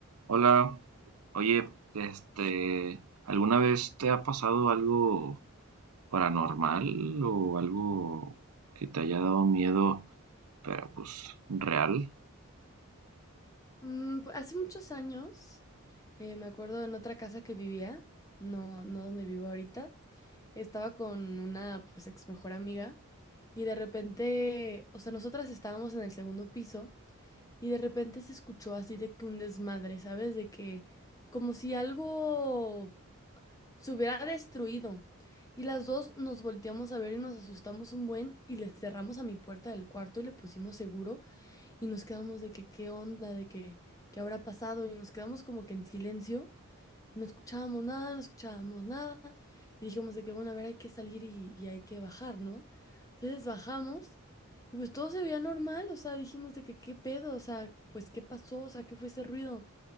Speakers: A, on the right (about 80°); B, on the left (about 15°).
A: Hola, oye, este, ¿alguna vez te ha pasado algo paranormal o algo que te haya dado miedo, pero pues real?
B: Mm, pu- hace muchos años, eh, me acuerdo en otra casa que vivía, no, no donde vivo ahorita, estaba con una pues ex mejor amiga y de repente, o sea, nosotras estábamos en el segundo piso y de repente se escuchó así de que un desmadre, ¿sabes? De que como si algo se hubiera destruido. Y las dos nos volteamos a ver y nos asustamos un buen y le cerramos a mi puerta del cuarto y le pusimos seguro y nos quedamos de que qué onda, de que qué habrá pasado y nos quedamos como que en silencio, no escuchábamos nada, no escuchábamos nada y dijimos de que bueno, a ver, hay que salir y, y hay que bajar, ¿no? Entonces bajamos y pues todo se veía normal, o sea, dijimos de que qué pedo, o sea, pues qué pasó, o sea, qué fue ese ruido